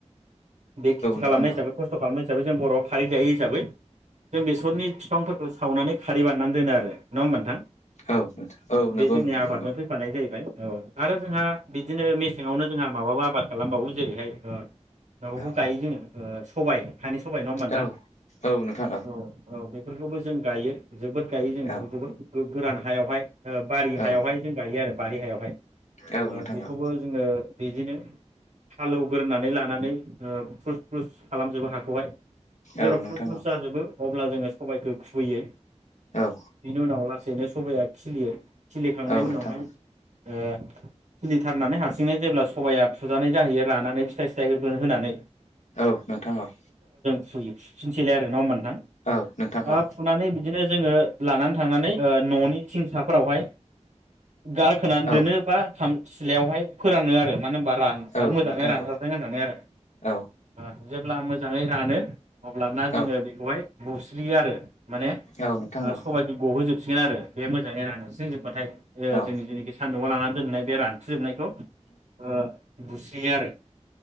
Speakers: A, on the right (about 75°); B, on the left (about 80°).
A: बेखि खालामनाय
B: नोंथां औ
A: हिबै खसत खालामनाय जों बर'आ खारै जायो हिसाबै जों बेसरनि बिफांफोरखौ सावनानै खारै बाननानै दोनो आरो नङा होमबा नोंथां?
B: औ नोथां औ नंगौ
A: बे जोंनि
B: नोंथां
A: आबादजों
B: नोंगौ
A: फैफानाय जाहैबाय जों बिनो मसेनो <unintelligible> जोंहा माबाबो आबाद खालामबावो जेरैहाय नआवबो
B: औ
A: गायो जोङो ओ सबाय हानि सबायाइ नङा होमबा नोंथां
B: औ औ नोंथां
A: औ औ बे बेफोरखौबो जों गायो। जोबोद गायो जों बेफोरखौबो
B: औ
A: गो-गोरान हायावहाय ओ बारि हायावहाय
B: औ
A: हायो आरो बारि हायावहाय।
B: औ
A: ओ
B: नोंथां
A: बेखौबो
B: औ
A: जोङो बिदिनो हालोवग्रोनानै लानानै ओ फ्रुस फ्रुस खालामजोबो हाखौहाय जेब्ला
B: औ नोंथां
A: फ्रुस फ्रुस
B: औ
A: जाजोबो अब्ला जोङो सबायखौ खुबैयो।
B: औ
A: बेनि उनाव लासैनो सबाया खिलियो। थांनायनि
B: औ
A: उनावहाय
B: नोंथां औ
A: ओ खिलिथारनानै हारसिंनो जेब्ला सबाया फुजानाय जाहैयो रानानै फिथाइ सिथाइ होगोन होनानै।
B: औ नोंथां औ
A: फोयो फोफिनसैलाय आरो नङा होन नों
B: औ नोंथां औ
A: ओ ओ फुनानै बिदिनो जोङो लानानै थांनानै ओ न'नि थिंसाफोरावहाय गारखोनानै
B: औ
A: दोनो बा सिलायावहाय फोरानो आरो मानो होनबा रान
B: औ
A: मोजाङै
B: नोंथां
A: रानथारदों
B: औ
A: होननानै आरो
B: औ
A: ओ जेब्ला मोजाङै रानो अल्बना जोङो
B: औ नोंथां औ
A: बेखौहाय बुस्रियो आरो माने
B: औ नोंथां औ
A: सबाइख गहोजोबसिगोन आरो बे मोजाङै रानसोब बाथाय
B: औ
A: जोंनि जिनिखि सान न लांनानै दोननाय बे रान जोबनायखौ ओ बुस्रियो आरो